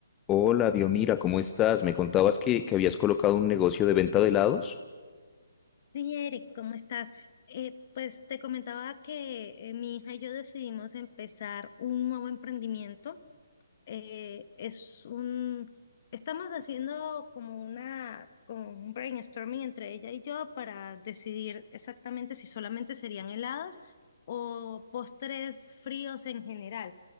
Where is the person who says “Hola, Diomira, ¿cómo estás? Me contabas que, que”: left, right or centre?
Left